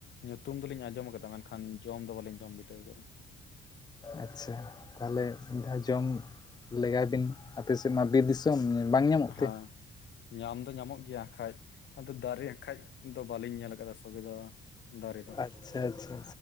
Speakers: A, on the left; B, on the left.
A: ᱧᱩᱛᱩᱢ ᱫᱚᱞᱤᱧ ᱟᱸᱡᱚᱢ ᱟᱠᱟᱫᱟ ᱢᱮᱱᱠᱷᱟᱱ ᱡᱚᱢ ᱫᱚ ᱵᱟᱞᱤᱧ ᱡᱚᱢ ᱵᱤᱴᱟᱹᱣ ᱟᱠᱟᱫᱟ
B: ᱟᱪᱷᱟ ᱛᱟᱦᱚᱞᱮ ᱢᱤᱫ ᱫᱷᱟᱣ ᱡᱚᱢ ᱞᱮᱜᱟᱭ ᱵᱤᱱ ᱟᱯᱮᱥᱮᱫ ᱢᱟ ᱵᱤᱨ ᱮᱠᱚᱢ ᱵᱟᱝ ᱧᱟᱢᱚᱜ
A: ᱦᱮᱸ
B: ᱛᱮ
A: ᱧᱟᱢ ᱫᱚ ᱧᱟᱢᱚᱜ ᱜᱮᱭᱟ ᱠᱷᱟᱡ ᱟᱫᱚ ᱫᱟᱨᱮ ᱠᱷᱟᱡ ᱫᱚ ᱵᱟᱞᱤᱧ ᱧᱮᱞ ᱟᱠᱟᱫᱟ ᱥᱩᱵᱮᱫᱟ ᱫᱟᱨᱮ ᱫᱚ
B: ᱟᱪᱷᱟ-ᱟᱪᱷᱟ